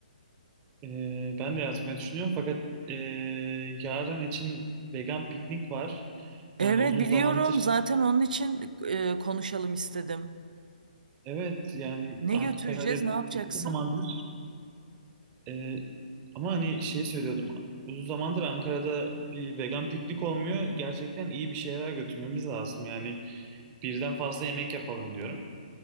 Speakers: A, on the right; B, on the right.
A: Ee, ben de yatmayı düşünüyorum fakat ee, yarın için vegan piknik var.
B: Evet
A: Yani uzun
B: biliyorum
A: zamandır
B: zaten onun için e, konuşalım istedim.
A: evet yani
B: Ne
A: Ankara'da
B: götüreceğiz, ne yapacaksın?
A: uzun zamandır ee, ama hani şey söylüyordum uzun zamandır Ankara'da bir vegan piknik olmuyor. Gerçekten iyi bir şeyler götürmemiz lazım. Yani birden fazla yemek yapalım diyorum.